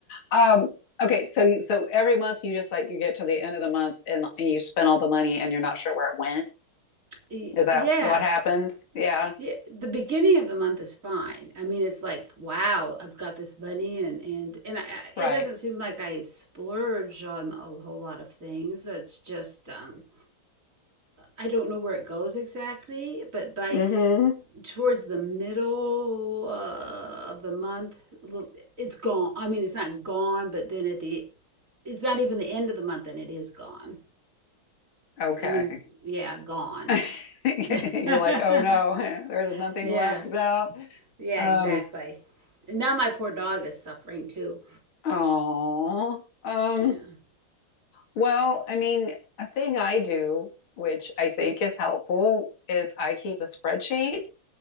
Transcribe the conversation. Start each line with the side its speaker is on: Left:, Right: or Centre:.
Left: um, okay. So, you- so every month you just like, you get to the end of the month and you spend all the money and you're not sure where it went.
Right: Y-
Left: Is that
Right: Yes.
Left: what happens? Yeah.
Right: Yeah, the beginning of the month is fine. I mean, it's like, wow, I've got this money and and and I, I-
Left: Right.
Right: it doesn't seem like I splurge on a whole lot of things. It's just um I don't know where it goes exactly, but by
Left: Mm-hmm.
Right: towards the middle uh, of the month, it's gone. I mean, it's not gone, but then at the, it's not even the end of the month, and it is gone.
Left: Okay.
Right: I mean, yeah, gone.
Left: <laughs> And
Right: <laughs>
Left: you're like, oh no, <laughs> there's nothing
Right: Yeah,
Left: left now.
Right: yeah,
Left: Um,
Right: exactly. And now my poor dog is suffering too.
Left: oh, um,
Right: Yeah.
Left: well, I mean, a thing I do, which I think is helpful, is I keep a spreadsheet